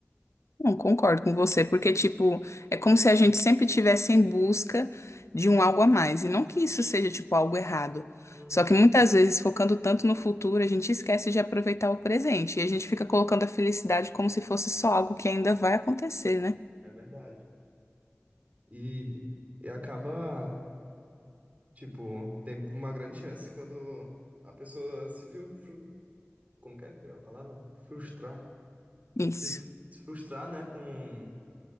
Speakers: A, on the left; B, on the right.
A: Não, concordo com você, porque, tipo, é como se a gente sempre estivesse em busca de um algo a mais. E não que isso seja, tipo, algo errado.
B: Uhum,
A: Só que muitas vezes, focando tanto no futuro, a gente esquece de aproveitar o presente. E a gente fica colocando a felicidade como se fosse só algo que ainda vai acontecer, né?
B: é verdade. E, e acaba, tipo, tem uma grande chance quando a pessoa se fru, fru- como que é que é a palavra? Frustrar.
A: Isso.
B: Se, f- se frustrar, né, com,